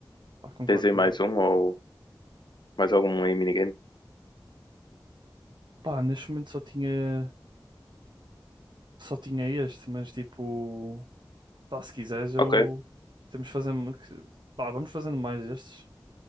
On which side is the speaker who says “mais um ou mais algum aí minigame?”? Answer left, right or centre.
Left